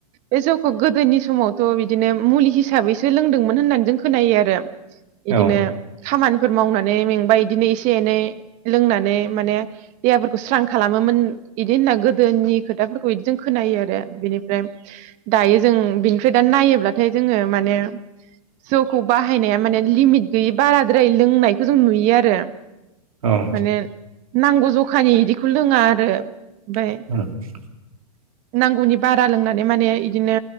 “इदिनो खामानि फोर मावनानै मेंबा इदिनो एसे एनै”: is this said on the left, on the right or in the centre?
Right